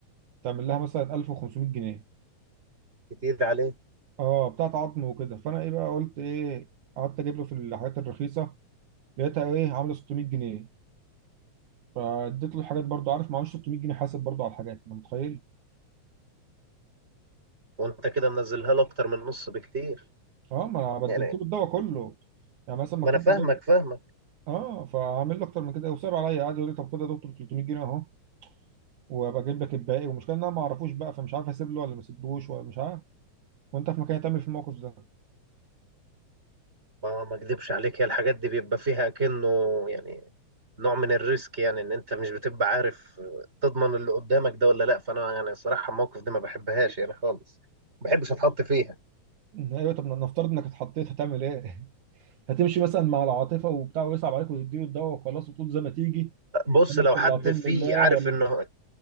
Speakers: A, on the right; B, on the right.
A: تعمل لها مثلا 1500 جنيه
B: <laughs> كتير عليه
A: اه بتاعت عظم وكده فانا ايه بقى قلت ايه قعدت اجيب له في الحاجات الرخيصه لقيتها ايه عامله 600 جنيه فاديت له الحاجات برضو عارف معهوش 600 جنيه حاسب برضو على الحاجات انت متخيل
B: وانت كده منزلها له اكتر من نص بكتير
A: اه ما انا
B: يعني
A: بدلت له الدواء كله يعني مثلا مكتوب
B: ما انا فاهمك
A: لي الدواء-
B: فاهمك
A: اه فعامل له اكتر من كده وصعب عليا قاعد يقول لي طب خد يا دكتور 300 جنيه اهو وابقى اجيب لك الباقي والمشكله ان انا ما اعرفوش بقى فمش عارف اسيب له ولا ما اسيبلوش ولا مش عارف وانت في مكاني هتعمل في الموقف ده
B: ما ما اكدبش عليك هي الحاجات دي بيبقى فيها كأنه يعني نوع من الريسك يعني ان انت مش بتبقى عارف تضمن اللي قدامك ده ولا لا فانا يعني الصراحه الموقف دي ما بحبهاش يعني خالص ما بحبش اتحط فيها
A: ايوه طب نفترض انك اتحطيت هتعمل ايه هتمشي مثلا مع العاطفه وبتاع ويصعب عليك وتديه الدواء وخلاص وتقول زي ما تيجي
B: بص
A: كانك
B: لو
A: طلعتهم
B: حد فيه
A: لله
B: عارف
A: ولا
B: انه